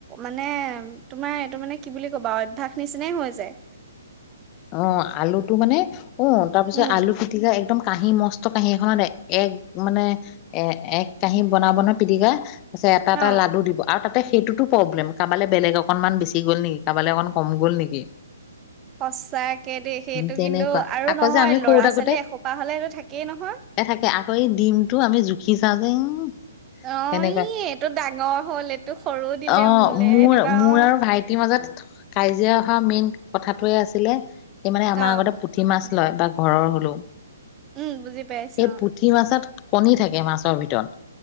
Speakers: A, on the right; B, on the left.
A: মানে তোমাৰ এইটো মানে কি বুলি কবা আৱ অভ্যাস নিচিনাই হৈ যায়
B: অ আলুটো মানে অ তাৰ পিছত
A: উম,
B: আলু পিটিকা একদম কাঁহী মস্ত কাঁহী এখনত এক মানে এ এক কাঁহী বনাব নহয় পিটিকা পাছে এটা
A: অ'।
B: এটা লাডু দিব আৰু তা তাতে সেইটোতো প্ৰব্লেম কাবালে বেলেগ অকনমান বেছি গ'ল নেকি কাবালে অকমান কম গ'ল নেকি
A: সঁচাকে দেই সেইটো
B: তেনেকুৱা
A: কিন্তু আৰু
B: আকৌ
A: নহয়
B: যে আমি
A: ল'ৰা
B: সৰু থাকোতে
A: ছোৱালী এসোপা হ'লে সেইটো থাকেই নহয়
B: এ থাকে আকৌ এই ডিমটো আমি জুখি চাওঁ যে উম
A: অ
B: তেনেকুৱা
A: ই এইটো ডাঙৰ হ'ল এইটো সৰু দিলে
B: অ
A: মোলে
B: মোৰ
A: সেনেকুৱা
B: মোৰ
A: অ
B: আৰু ভাইটিৰ মাজত কাজিয়া হোৱা মেইন কথাটোৱে আছিলে এই মানে আমাৰ
A: অ',
B: আগতে পুঠি মাছ লয় বা ঘৰৰ হ'লো
A: উম, বুজি পাইছো
B: এই পুঠি মাছত কণী থাকে মাছৰ ভিতৰত